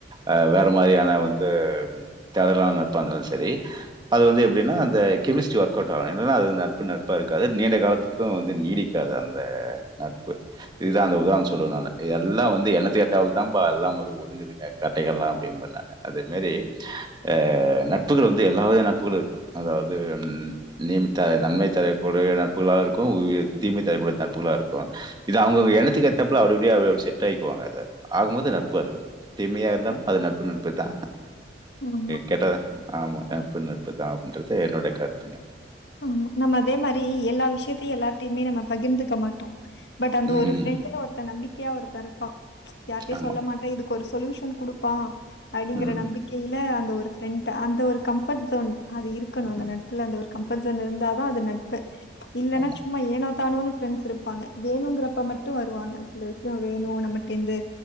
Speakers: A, on the right (about 25°); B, on the left (about 65°).
A: ஆ வேற மாரியான வந்து ம் தேடலான நட்பாருந்தாலு செரி அது வந்து எப்டின்னா அந்த கெமிஸ்ட்ரி ஒர்க் அவுட் ஆகணு இல்லனா அது நட்பு நட்பா இருக்காது நீண்ட காலத்துக்கு வந்து நீடிக்காது அந்த நட்பு இதுதா அந்த உதார்ணொ சொல்லுவ நானு எல்லா வந்து எனத்துக்கு ஏத்தாபுல்தா பா எல்லா வந்து ஒதுங்குதுங்க கட்டைகள்லா <unintelligible> நானு அதே மாரி ஆ நட்புகள் வந்து எல்லாவித நட்புகளு இருக்குது அதாவ்து ம் நீமத்தாய் நன்மை தரக்கூடிய நட்புகளாவு இருக்கு ம் தீமை தரக்கூடிய தட்புகளா இருக்கு இது அவுங்க எனத்துக்கு ஏத்தாப்ல அப்டி இப்படியா செட் ஆய்க்குவாங்க அத ஆகா மொத்தொ நட்பு அது தீமையா இருந்தாலு
B: கண்டிப்பா.
A: அது நட்பு நட்புதா
B: ஆமா.
A: கெட்டத ஆமா நட்பு நட்புதா அப்டின்றதா என்னோட கருத்துங்க
B: ஆமா நம்ம அதே மாரி எல்லா விஷயத்தையு எல்லார்ட்டையுமே நம்ம பகிர்ந்துக்க மாட்டோ பட் அந்த
A: ம்.
B: ஒரு ஃப்ரெண்டுனு ஒருத்த நம்பி க்கையா ஒருத்த இருப்பா யார்ட்டையு
A: ஆமா.
B: சொல்ல மாட்டோ இது க்கொரு சொல்யூஷன் குடுப்பா அடிங்கிற
A: ம்.
B: நம்பிக்கைல ஒரு ஃப்ரெண்ட் அந்த ஒரு கம்ஃபர்ட் சோன் அது இருக்கணும் அந்த
A: ம்.
B: நட்புல அந்த ஒரு கம்ஃபோர்ட்ஜோன் இருந்தாதான் அது நட்பு இல்லென்னா
A: ஆமா.
B: சும்மா ஏனோ தானோன்னு ஃப்ரண்ட்ஸ் இருப்பாங்க வேணுங்கிறப்ப மட்டு வருவாங்க சில விஷய வேணு நம்மடேருந்து